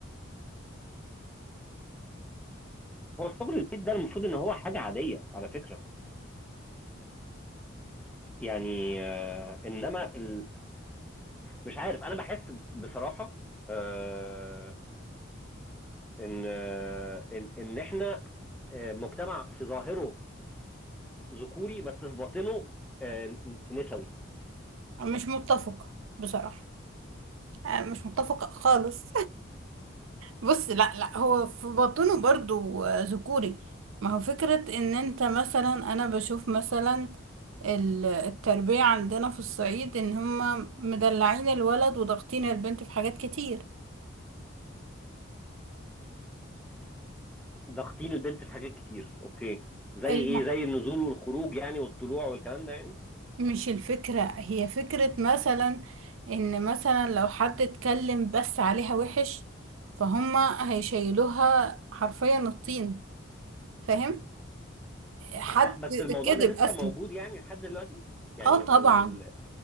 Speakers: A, in the centre; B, on the right.
A: هو شغل البيت ده المفروض ان هو حاجه عاديه على فكره يعني آه انما ال... مش عارف انا بحس بصراحه آه ان آه ان ان احنا آه مجتمع في ظاهره ذكوري بس في باطنه آه نسوي
B: مش متفقة بصراحة آه، مش متفقة خالص بص لا لا هو في بطنه برضو آه، ذكوري ما هو فكرة ان انت مثلا انا بشوف مثلا ال- التربية عندنا في الصعيد ان هما مدلعين الولد وضاغطين البنت في حاجات كتير
A: ضاغطين البنت في حاجات كتير اوكي زي ايه
B: الم...
A: زي النزول والخروج يعني والطلوع والكلام ده يعني
B: مش الفكرة هي فكرة مثلا ان مثلا لو حد اتكلم بس عليها وحش فهما هيشيلوها حرفيا الطين فاهم حد
A: اه بس الموضوع
B: كذب
A: ده لسه
B: اصلا
A: موجود يعني لحد دلوقتي يعني
B: اه طبعا
A: ال